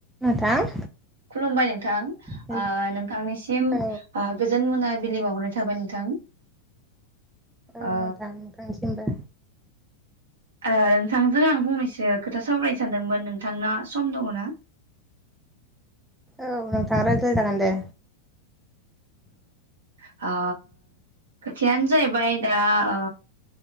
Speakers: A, in the centre; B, on the right (about 65°).
A: नोंथां
B: खुलुमबाय नोंथां
A: हेल'
B: ओ नोंथांनिसिम
A: औ
B: ओ गोजोन मोना बिलि बावहरनाय थ थाबाय नोंथां
A: औ
B: ओ
A: नोंथां नोंथांनिस सिमबो
B: ओ नोंथांजों आं फंनैसो खोथा सावरायनो सानदोंमोन नोंथांना सम दङ' ना
A: औ नोंथां रायज्लाय जागोन दे
B: अ ओ खोथायानो जाहैबाय दा अ